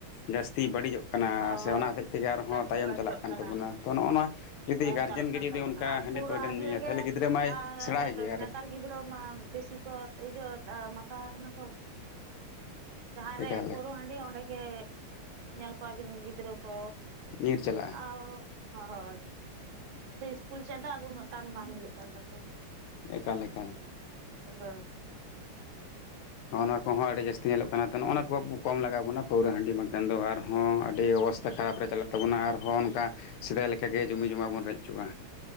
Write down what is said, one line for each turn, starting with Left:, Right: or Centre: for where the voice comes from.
Left: ᱡᱟᱹᱥᱛᱤ ᱵᱟᱹᱲᱤᱡᱚᱜ ᱠᱟᱱᱟ
Right: ᱦᱚᱸ
Left: ᱥᱮ
Right: ᱦᱚᱸ
Left: ᱚᱱᱟ ᱦᱚᱛᱮᱡ ᱛᱮᱜᱮ ᱟᱨᱦᱚᱸ
Right: ᱡᱟᱹᱥᱛᱤ
Left: ᱛᱟᱭᱚᱢ
Right: ᱵᱟᱹᱲᱤᱡᱚᱜ
Left: ᱪᱟᱞᱟᱜ ᱠᱟᱱ
Right: ᱠᱟᱱᱟ
Left: ᱛᱟᱵᱚᱱᱟ ᱛᱚ ᱱᱚᱜᱼᱚ ᱱᱚᱣᱟ ᱡᱩᱫᱤ
Right: ᱛᱟᱭᱚᱢ
Left: ᱜᱟᱨᱡᱮᱱ
Right: ᱪᱟᱞᱟᱜ
Left: ᱜᱮ
Right: ᱠᱟᱱ
Left: ᱡᱩᱫᱤ
Right: ᱛᱟᱵᱚᱱᱟ
Left: ᱚᱱᱠᱟ
Right: ᱟᱵᱚ
Left: ᱦᱟᱺᱰᱤ
Right: ᱯᱟᱹᱣᱨᱟᱹ
Left: ᱯᱟᱹᱣᱨᱟᱹᱢ ᱧᱩᱭᱟ
Right: ᱨᱮᱜᱮ
Left: ᱛᱟᱦᱞᱮ ᱜᱤᱫᱽᱨᱟᱹ ᱢᱟᱭ
Right: ᱟᱨ
Left: ᱥᱮᱬᱟᱭ ᱜᱮᱭᱟ ᱟᱨᱮ
Right: ᱱᱮᱛᱟᱨ ᱜᱤᱫᱽᱨᱟᱹ ᱢᱟ ᱵᱮᱥᱤ ᱠᱚ ᱤᱭᱟᱹ ᱢᱟᱛᱟᱣ ᱟᱠᱟᱱᱟ ᱠᱚ ᱡᱟᱦᱟᱸᱨᱮ
Left: ᱮᱠᱟᱞ
Right: ᱯᱳᱨᱳ ᱦᱟᱺᱰᱤ ᱚᱸᱰᱮ ᱜᱮ ᱧᱮᱞ ᱠᱚᱣᱟᱵᱤᱱ ᱜᱤᱫᱽᱨᱟᱹ ᱠᱚ
Left: ᱧᱤᱨ ᱪᱟᱞᱟᱜᱼᱟ
Right: ᱟᱶ ᱦᱳᱭ ᱟᱫᱚ ᱤᱥᱠᱩᱞ ᱪᱮᱫᱟᱜ ᱫᱚ ᱩᱱᱟᱹᱜ ᱴᱟᱱ ᱵᱟᱝ ᱦᱳᱭᱳᱜ ᱠᱟᱱ ᱛᱟᱠᱚᱣᱟ
Left: ᱮᱠᱟᱞ ᱮᱠᱟᱞ
Right: <unintelligible>
Left: ᱦᱚᱸᱜ ᱚᱱᱟ ᱠᱚᱦᱚᱸ ᱟᱹᱰᱤ ᱡᱟᱹᱥᱛᱤ ᱧᱮᱞᱚᱜ ᱠᱟᱱᱟ ᱛᱚ ᱱᱚᱜ-ᱚᱱᱟ ᱠᱚ ᱠᱚᱢ ᱞᱟᱜᱟᱣ ᱵᱚᱱᱟ ᱯᱟᱹᱣᱨᱟᱹ ᱦᱟᱺᱰᱤ ᱵᱟᱝᱠᱷᱟᱱ ᱫᱚ ᱟᱨᱦᱚᱸ ᱟᱹᱰᱤ ᱚᱵᱚᱥ <unintelligible> ᱨᱮ ᱪᱟᱞᱟᱜ ᱛᱟᱵᱚᱱᱟ ᱟᱨᱦᱚᱸ ᱚᱱᱠᱟ ᱥᱮᱫᱟᱭ ᱞᱮᱠᱟᱜᱮ ᱡᱩᱢᱤ ᱡᱚᱢᱟ ᱵᱚᱱ ᱨᱮᱡ ᱚᱪᱚᱜᱟ